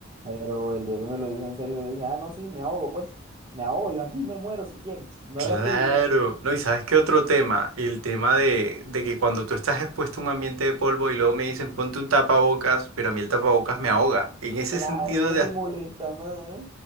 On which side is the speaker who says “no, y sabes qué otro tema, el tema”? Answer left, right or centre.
Right